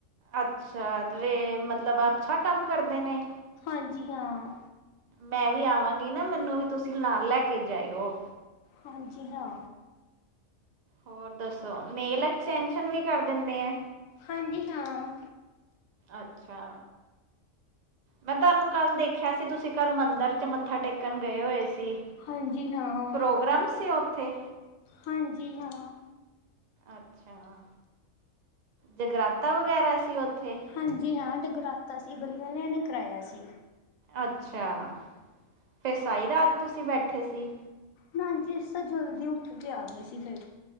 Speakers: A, on the right; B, on the left.
A: ਅੱਛਾ ਤੇ ਮਤਲਬ ਅੱਛਾ ਕੰਮ ਕਰਦੇ ਨੇ।
B: ਹਾਂਜੀ ਹਾਂ।
A: ਮੈਂ ਵੀ ਆਵਾਂਗੀ ਨਾ ਮੈਨੂੰ ਵੀ ਤੁਸੀਂ ਨਾਲ ਲੈ ਕੇ ਜਾਇਓ।
B: ਹਾਂਜੀ ਹਾਂ
A: ਹੋਰ ਦੱਸੋ ਨੇਲ ਐਕਟੈਂਸ਼ਨ ਵੀ ਕਰ ਦਿੰਦੇ ਆ।
B: ਹਾਂਜੀ ਹਾਂ।
A: ਅੱਛਾ ਮੈਂ ਤੁਹਾਨੂੰ ਕੱਲ ਦੇਖਿਆ ਸੀ ਤੁਸੀਂ ਕੱਲ ਮੰਦਿਰ ਚ ਮੱਥਾ ਟੇਕਣ ਗਏ ਹੋਏ ਸੀ।
B: ਹਾਂਜੀ ਹਾਂ
A: ਪ੍ਰੋਗਰਾਮ ਸੀ ਉੱਥੇ
B: ਹਾਂਜੀ ਹਾਂ।
A: ਅੱਛਾ, ਜਗਰਾਤਾ ਵਗੈਰਾ ਸੀ ਉੱਥੇ।
B: ਹਾਂਜੀ ਹਾਂ ਜਗਰਾਤਾ ਸੀ ਬੱਲੋ ਵਾਲਿਆਂ ਨੇ ਕਰਾਇਆ ਸੀ।
A: ਅੱਛਾ, ਫਿਰ ਸਹੀ ਰਾਤ ਤੁਸੀਂ ਬੈਠੇ ਸੀ।
B: ਨਾਂ ਜੀ ਇਸ ਤਾਂ ਜਲਦੀ ਉੱਠ ਕੇ ਆ ਗਏ ਸੀ ਫਿਰ।